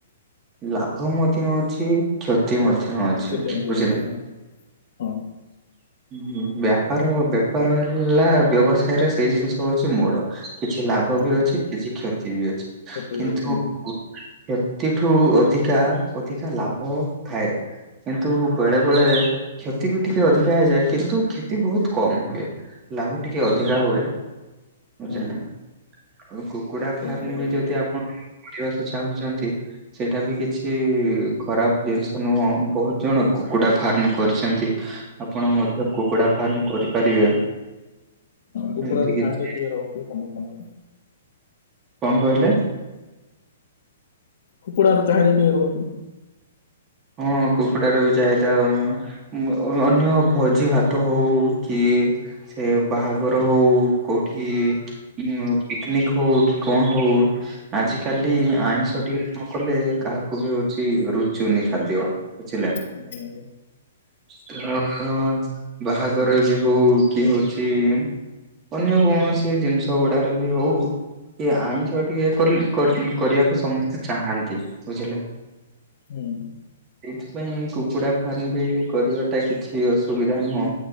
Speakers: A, on the right (about 25°); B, on the left (about 60°).
A: ଲାଭ ମଧ୍ୟ ଅଛି କ୍ଷତି ମଧ୍ୟ ଅଛି
B: କେତେ ମଧ୍ୟ
A: ବୁଝିଲେ
B: ଅଛି ହଁ ହଁ
A: ହଁ ବ୍ୟାପାର ବେପାର ହେଲା ବ୍ୟବସାୟ ରେ ସେଇ ଜିନିଷ ହଉଛି ମୋଡ କିଛି ଲାଭ
B: ହଁ
A: ବି ଅଛି କିଛି କ୍ଷତି ବି ଅଛି
B: କେତେ
A: କିନ୍ତୁ
B: ବି ଅଛି ହଁ
A: ସେତିଠୁ ଅଧିକା ଅଧିକା ଲାଭ ଥାଏ କିନ୍ତୁ ବେଳେ ବେଳେ କ୍ଷତି ବି ଟିକେ ଅଧିକା ହେଇଯାଏ କିନ୍ତୁ କ୍ଷତି ବହୁତ କମ ହୁଏ ଲାଭ ଟିକେ ଅଧ
B: ହଁ
A: ହିଁ କା ହୁଏ ବୁଝିଲେ
B: ହଁ
A: ଆଉ କୁକୁଡ଼ା
B: ସେଇ
A: ଫାର୍ମ
B: କଥା କହିଲେ
A: ବି ଯଦି ଣ କରିବାକୁ ଚାହୁଁଛନ୍ତି ସେଇଟା ବି କିଛି ଖରାପ ଜିନିଷ ନୁହଁ ବହୁତ ଜଣ କୁକୁଡ଼ା ଫାର୍ମ କରିଛନ୍ତି। ଆପଣ ମଧ୍ୟ କୁକୁଡା ଫାର୍ମ କରିପାରିବେ
B: କୁକୁଡାର
A: ଏମିତି କିଛି
B: ଛାଇଁଟା ଟିକେ ରହୁଛି ସମସ୍ତଙ୍କର
A: କଣ କହିଲେ?
B: କୁକୁଡ଼ାର ଚାହିଦା ଟିକେ ରହୁଛି।
A: ହଁ କୁକୁଡାର ବି ଚାହିଦା ଉ ମୁଁ ଅନ୍ୟ ଭୋଜି ଭାତ ହଉ କି ସେ ବାହାଘର ହଉ କୋଉଠି ଉଁ ପିକନିକ ହଉ କି କଣ ହଉ ଆଜି କାଲି
B: ହଁ
A: ଆଇଁଷ ଟିକେ ନ କଲେ କାହାକୁ ବି ହଉଛି ରୁଚୁନି ଖାଦ୍ୟ ବୁଝିଲେ
B: <unintelligible>
A: ତ ବାହାଘର ବି ହଉ କିଏ ହଉଛି ଅନ୍ୟ କୌଣସି ଜିନିଷ ଗୁଡାରେ ବି ହଉ କି ଆଇଁଷ ଟିକେ ଏ କଲେ କରିଲେ କରିବାକୁ ସମସ୍ତେ ଚାହାନ୍ତି ବୁଝିଲେ
B: ହୁଁ
A: ଏଇଥିପାଇଁ କୁକୁଡ଼ା ଫାର୍ମ ବି କରିବା ଟା କିଛି ଅସୁବିଧା ନୁହଁ